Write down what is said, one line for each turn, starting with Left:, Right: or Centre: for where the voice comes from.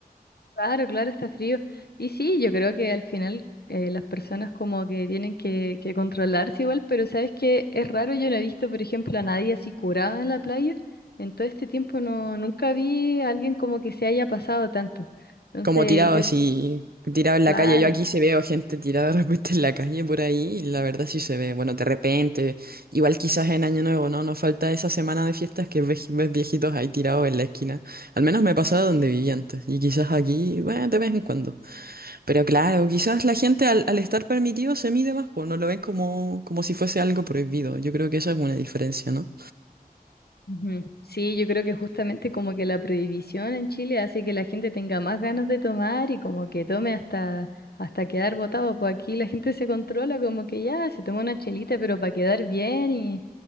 Left: Claro, claro, está frío. Y sí, yo creo que al final eh, las personas como que tienen que, que controlarse igual, pero sabes que es raro, yo no he visto, por ejemplo, a nadie así curada en la playa. En todo este tiempo no, nunca vi a alguien como que se haya pasado tanto. Entonces,
Right: Como tirado
Left: yo,
Right: así, tirado en
Left: claro,
Right: la calle. Yo aquí se veo gente tirada de repente en la calle por ahí y la verdad sí se ve. Bueno, de repente, igual quizás en Año Nuevo, ¿no? Nos falta esa semana de fiestas que ves, ves viejitos ahí tirados en la esquina. Al menos me pasaba donde vivía antes y quizás aquí, bueno, de vez en cuando. Pero claro, quizás la gente al, al estar permitido se mide más, pues no lo ven como, como si fuese algo prohibido. Yo creo que eso es una diferencia, ¿no?
Left: Ujú. Sí, yo creo que justamente como que la prohibición en Chile hace que la gente tenga más ganas de tomar y como que tome hasta, hasta quedar botado. Pues aquí la gente se controla como que ya se toma una chelita, pero para quedar bien y,